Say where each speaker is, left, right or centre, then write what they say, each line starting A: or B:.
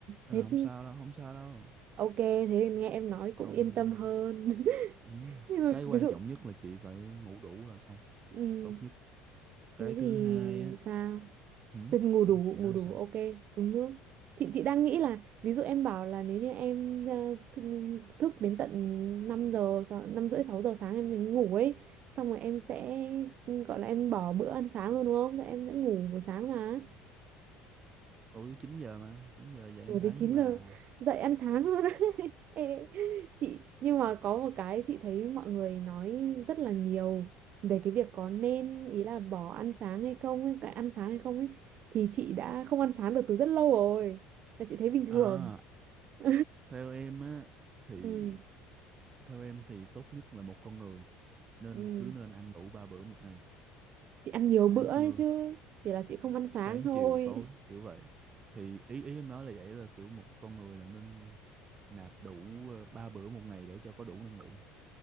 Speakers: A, on the right; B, on the right.
A: nên
B: thế
A: là không sao đâu không sao đâu
B: ok thế thì nghe em nói cũng
A: còn
B: yên tâm hơn <laughs>
A: ừ,
B: nhưng mà
A: cái quan
B: ví dụ
A: trọng nhất là chị phải ngủ đủ là xong
B: ừ,
A: tốt nhất cái
B: thế
A: thứ
B: thì
A: hai á
B: sao
A: ừ,
B: thế ngủ
A: ừ,
B: đủ
A: chị nói
B: ngủ đủ
A: sao
B: ok uống nước chị chị đang nghĩ là ví dụ em bảo là nếu như em ờ, thức, thức đến tận 5 giờ sáu- năm rưỡi 6 giờ sáng em mới ngủ ấy xong rồi em sẽ gọi là em bỏ bữa ăn sáng luôn đúng không rồi em sẽ ngủ buổi sáng mà
A: tối tới 9 giờ mà 9 giờ dậy
B: ngủ
A: ăn
B: tới
A: sáng
B: 9
A: với bà
B: giờ dậy ăn sáng luôn Ê, chị nhưng mà có một cái chị thấy mọi người nói rất là nhiều về cái việc có nên ý là bỏ ăn sáng hay không ấy, cái ăn sáng hay không ấy thì chị đã không ăn sáng được từ rất lâu rồi. Là chị thấy bình thường.
A: à
B: <laughs>
A: Theo em á thì
B: Ừ,
A: theo em thì tốt nhất là một con người nên
B: ừ.
A: cứ nên ăn đủ ba bữa một ngày,
B: Chị ăn nhiều
A: sáng
B: bữa ấy
A: trưa,
B: chứ, chỉ là chị không ăn sáng
A: sáng
B: thôi.
A: chiều tối kiểu vậy. Thì ý ý em nói là vậy là kiểu một con người là nên nạp đủ ờ, ba bữa một ngày để cho có đủ năng lượng.